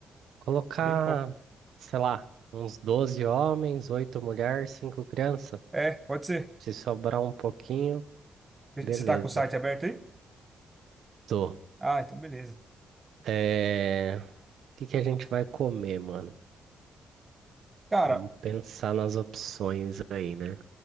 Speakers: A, on the right; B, on the right.
A: Colocar,
B: Bem pouco.
A: sei lá, uns 12 homens, 8 mulheres, 5 crianças.
B: É, pode ser.
A: Se sobrar um pouquinho,
B: Você
A: beleza.
B: tá com o site aberto aí?
A: Tô
B: Ah, então beleza.
A: É... O que que a gente vai comer, mano?
B: Cara.
A: Vamos pensar nas opções aí, né?